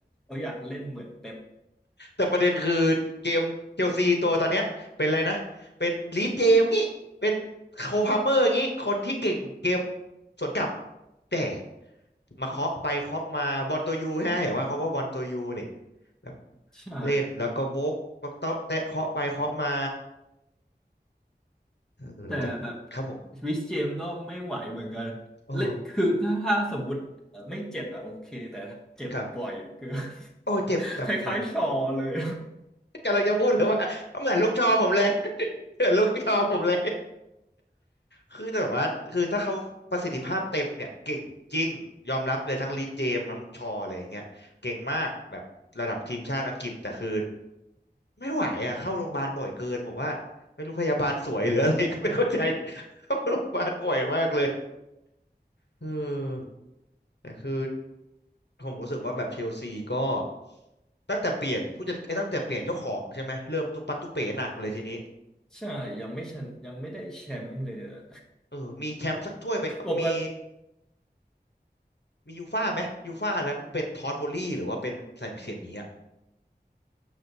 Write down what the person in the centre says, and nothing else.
เขาอยากเล่นเหมือนเป๊ป
ใช่
แต่แบบริสเจมก็ไม่ไหวเหมือนกัน
เล่นคือถ้าถ้าสมมติเอ่อไม่เจ็บอะโอเคแต่เจ็บบ่อยเกิน
<laughs> คล้ายๆชอเลย
ใช่ยังไม่ชนะยังไม่ได้แชมป์เลยอะ
ปกติ